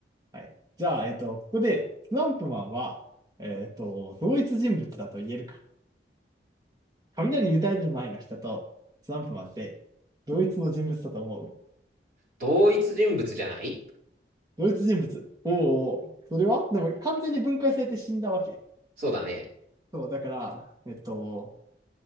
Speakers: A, on the right; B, on the right.
A: はい。じゃあ、えっと、ここで、スナンプマンは、えっと、同一人物だと言えるか。雷打たれる前の人と、スナンプマンって、同一の人物だと思う。
B: 同一人物じゃない
A: 同一人物。おーおー、それはでも、完全に分解されて死んだわけ。
B: そうだね。
A: そう、だから、えっと、